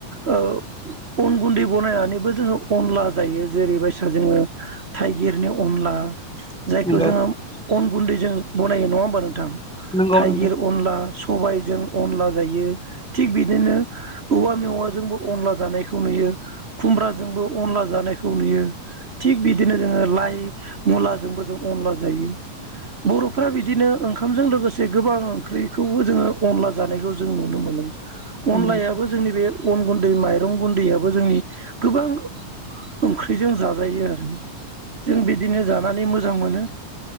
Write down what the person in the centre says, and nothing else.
नंगौ
नंगौ
नंगौ
नंगौ